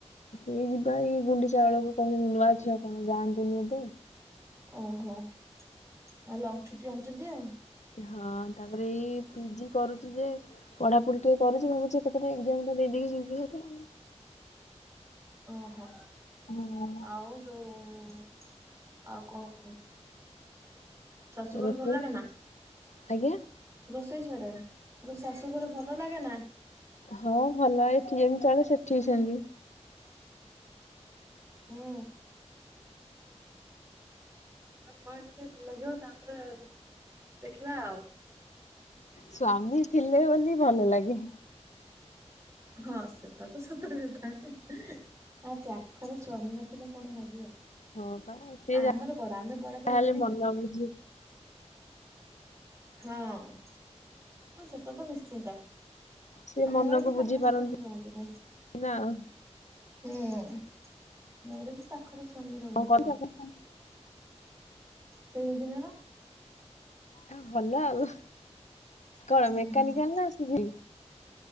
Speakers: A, on the left (about 80°); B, on the right (about 25°).
A: ଏଇ ଯିବା ଏଇ ଗୁଣ୍ଡିଚା ବଳକୁ କହୁ ନୂଆ ଝିଅ କଣ ଯାଆ ନ୍ତିନି ଏବେ।
B: ଓହୋ ଆଉ ଲଙ୍ଗ ଛୁଟି ଆଣିଚନ୍ତି ଆଉ।
A: ହଁ ତାପରେ ଏଇ ପି ଜି କରୁଚି ଯେ ପଢ଼ାପଢି ଟିକେ କରୁଚି ଭାବୁଚି ଏକା ଥରେ ଏଜାମ ଟା ଦେଇଦେଇକି ଯିବି ହାରି ଆଉ।
B: ଓହୋ।
A: ଆଉ।
B: ଆଉ? ଯୋଉ ଆଉ କଣ କୁହ? ଶାଶୁଘର
A: ହଁ ରୋଷେଇ
B: ଭଲ ଲାଗେ ନା?
A: ଆଜ୍ଞା
B: ରୋଷେଇ ସଇଲାଣି। ମୁଁ କହିଲି ଶାଶୁଘର ଭଲ ଲାଗେ ନା?
A: ହଁ ଭଲ ଏଠି ଯେମିତି ଚଳେ ସେଠିକି ସେମିତି।
B: ହୁଁ। <unintelligible> ଟିକେ ଭଲ ଲାଗିବ ତାପରେ ଦେଖିବା ଆଉ।
A: ସ୍ଵାମୀ ଥିଲେ ବୋଲି ଭଲ ଲାଗେ।
B: ହଁ ସେଟା ତ ସତ କଥା। ଆ ପାଖରେ ସ୍ଵାମୀ ନଥିଲେ କଣ ଲାଗିବ।
A: ହଁ ପା ସେ
B: ଆମର କଣ ଆମେ ବଡ
A: ଯାହାହେଲେ
B: ଫ୍ୟାମିଲି
A: ମନ ବୁଝି
B: ହଁ। ହଁ ସେଟା ତ ନିଶ୍ଚିନ୍ତ।।
A: ସେ
B: ଆ ମୋର
A: ମନକୁ
B: ବି ପାଖରେ
A: ବୁଝି ପାରନ୍ତି
B: ସ୍ୱାମୀ ରହନ୍ତିନି
A: ନା ଆଉ
B: ହୁଁ। ମୋର ବି ପାଖର ସ୍ବାମୀ ରହୁନାହାନ୍ତି।
A: ହଁ କଣ କରୁଚ ଆପଣ?
B: ସେ ଇଞ୍ଜିନିୟର।
A: ଆ ଭଲ ଆଉ। କଣ
B: ହୁଁ
A: ମେକାନିକାଲ
B: ହୁଁ
A: ନା ଆସିବି।